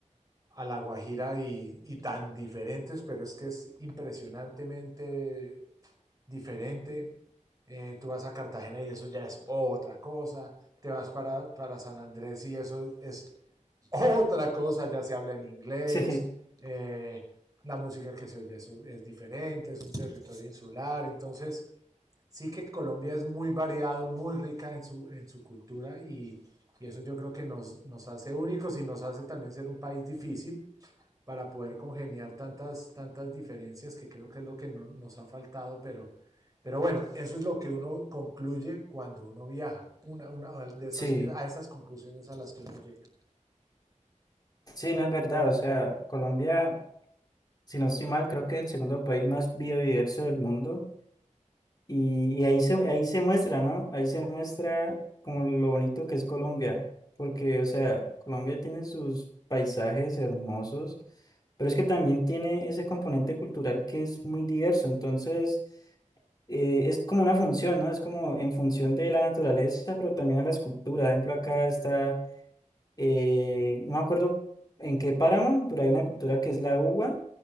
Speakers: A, on the right; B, on the left.
A: a La Guajira y, y tan diferentes, pero es que es impresionantemente diferente. Eh, tú vas a Cartagena y eso ya es otra cosa. Te vas para, para San Andrés y eso es otra cosa. Ya se habla en inglés.
B: Sí,
A: eh, la música que se oye eso es diferente. Es un territorio insular. Entonces, sí que Colombia es muy variado, muy rica en su, en su cultura y, y eso yo creo que nos, nos hace únicos y nos hace también ser un país difícil para poder congeniar tantas, tantas diferencias que creo que es lo que no, nos ha faltado, pero, pero bueno, eso es lo que uno concluye cuando uno viaja, una, una de esas,
B: sí.
A: a esas conclusiones a las que uno llega.
B: Sí, no es verdad. O sea, Colombia, si no estoy mal, creo que es el segundo país más biodiverso del mundo. Y, y ahí se, ahí se muestra, ¿no? Ahí se muestra como lo bonito que es Colombia, porque, o sea, Colombia tiene sus paisajes hermosos, pero es que también tiene ese componente cultural que es muy diverso, entonces eh, es como una función, ¿no? Es como en función de la naturaleza, pero también a las culturas. Por ejemplo, acá está eh, no me acuerdo en qué páramo, pero hay una cultura que es la uva